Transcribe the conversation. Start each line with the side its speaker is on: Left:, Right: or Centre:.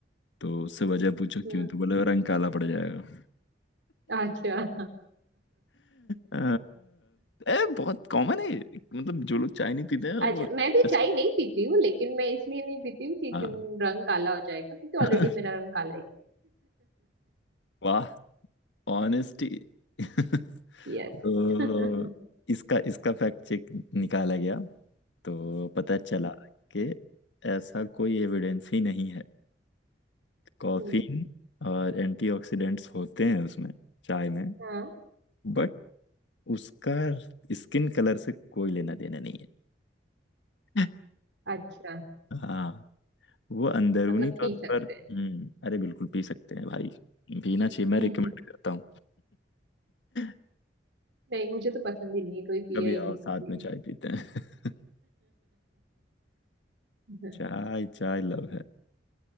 Left: तो उससे वजह पूछो
Right: हम्म
Left: क्यों तो बोले रंग काला पड़ जाएगा
Right: अच्छा
Left: अ, ए, बहुत कॉमन है ये। मतलब जो लोग चाय नहीं पीते हैं वो
Right: अच्छा मैं भी
Left: ऐस-
Right: चाय नहीं पीती हूँ लेकिन मैं इसलिए नहीं पीती हूँ कि, कि
Left: हाँ
Right: रंग काला हो जाएगा क्योंकि ऑलरेडी
Left: <laughs>
Right: मेरा रंग काला ही
Left: वाह ऑनेस्टी <laughs>
Right: <laughs> यस
Left: तो
Right: <laughs> हम्म
Left: इसका इसका फैक्ट चेक निकाला गया तो पता चला कि ऐसा कोई एविडेंस ही नहीं है कॉफीन
Right: हम्म
Left: और एंटीऑक्सीडेंट्स होते हैं उसमें चाय में
Right: हाँ
Left: बट उसका स्किन कलर से कोई लेना देना नहीं है <laughs>
Right: अच्छा
Left: हाँ वो अंदरूनी
Right: मतलब
Left: तौर
Right: पी सकते
Left: पर हम्म
Right: हैं
Left: अरे बिल्कुल पी सकते हैं भाई पीना चाहिए
Right: <laughs>
Left: मैं रिकमेंड करता हूँ <laughs>
Right: नहीं मुझे तो पसंद ही नहीं है कोई पिया
Left: कभी
Right: ही
Left: आओ
Right: नहीं
Left: साथ
Right: इसलिए
Left: में चाय पीते हैं
Right: <laughs>
Left: <laughs> चाय चाय लव है